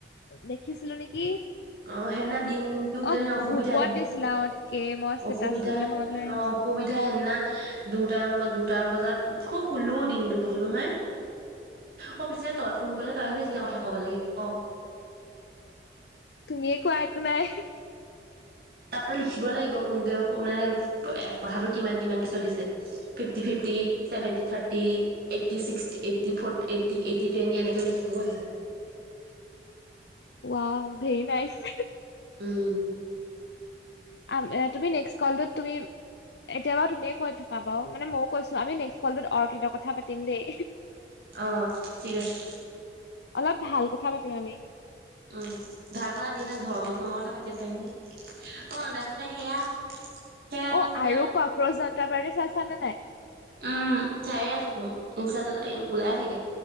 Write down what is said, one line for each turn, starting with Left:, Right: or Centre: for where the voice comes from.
Left: দেখিছিলো নেকি!
Right: অ সিদিনা দিনতোকে
Left: অ
Right: অসুবিধা
Left: গ্ৰুপত দিছিলা অ ঠিকেই মই ষ্টেটাচলে
Right: অসুবিধা
Left: মনলৈ আহিছে
Right: অ অসুবিধা সিদিনা দুটাম দুটামান বজাত খুব শুলো দিনতটো কৈছো নহয়। অ পিছে তই ফোন কৰিলে তইহে বেছিকে কথা কব লাগে অ
Left: তুমিয়ে কোৱা একো নাই।
Right: তাত তই লিখিব লাগিব কোনটোৱে মানে কথাটো কিমান কিমানকে চলিছে fifty fifty seventy thirty eighty eighty forty eighty eighty twenty এনেকে লিখিবও আহে তাত।
Left: Wow very নাইছ।
Right: উ'ম
Left: আ তুমি নেক্স কলতো তুমি এতিয়া বাৰু তুমিয়ে কৈ থকা বাও মানে মইও কৈছো আমি নে কলত অকিতৰ কথা পাতিম দেই।
Right: অ ঠিক আছে।
Left: অলপ ভাল কথা পাতিম আমি।
Right: উ'ম ধাৰজন ধৰ্ম চৰ্মৰ কথা পাতিব পাৰিম নহ অ তাৰিছতে সেয়া। সেয়া
Left: অ
Right: তাৰপিছতে
Left: আৰু কক্ৰচ জন্তা পাটী চাইছা নে নাই?
Right: উ'ম চায়ে আছোকো <unintelligible> ওলাইে থাকে